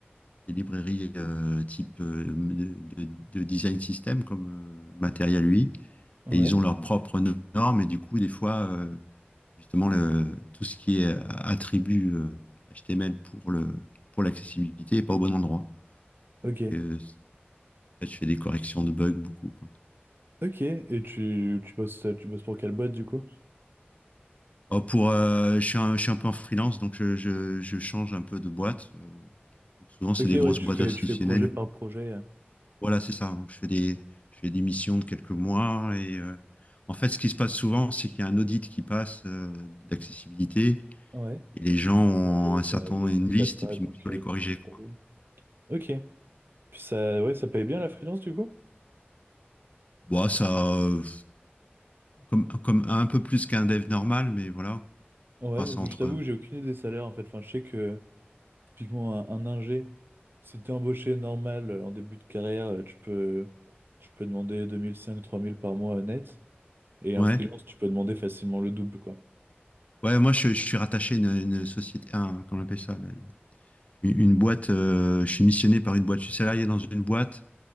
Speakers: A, on the left; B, on the right.
A: des librairies euh, type euh, de, de- design system comme euh, Material UI,
B: Ouais.
A: et ils ont leurs propres no- normes, et du coup, des fois, euh, justement, le, tout ce qui est euh, attribut euh, HTML pour le, pour l'accessibilité n'est pas au bon endroit.
B: Ok.
A: Donc, euh, en fait, je fais des corrections de bugs beaucoup, quoi.
B: Ok. Et tu, tu bosses, tu bosses pour quelle boîte, du coup?
A: Oh, pour, euh, je suis un, je suis un peu en freelance, donc je, je, je change un peu de boîte. euh, donc souvent, c'est
B: Ok,
A: des
B: ouais,
A: grosses
B: tu
A: boîtes
B: fais,
A: institutionnelles.
B: tu fais projet par projet. euh.
A: Voilà, c'est ça. hein. Je fais des, je fais des missions de quelques mois et euh, en fait, ce qui se passe souvent, c'est qu'il y a un audit qui passe euh, d'accessibilité
B: Ouais.
A: et les gens ont
B: Ouais, et
A: un
B: ça
A: certain
B: le
A: une
B: ne se
A: liste
B: passe pas,
A: et puis
B: donc
A: moi je dois
B: euh,
A: les corriger
B: t'es dans le
A: quoi.
B: tableau. Ok. Puis ça, ouais, ça paye bien la freelance du coup?
A: Bon, ça euh, comme comme un peu plus qu'un dev normal, mais voilà.
B: Ouais,
A: Enfin, c'est entre
B: je t'avoue que j'ai aucune idée des salaires en fait. Enfin, je sais que typiquement un, un ingé, si t'es embauché normal euh, en début de carrière, euh, tu peux, tu peux demander deux mille cinq trois mille par mois euh, net. Et un
A: ouais.
B: freelance, tu peux demander facilement le double, quoi.
A: Ouais, moi je, je suis rattaché à une, une société, à un, comment on appelle ça là, une, une boîte. euh, je suis missionné par une boîte. Je suis salarié dans une boîte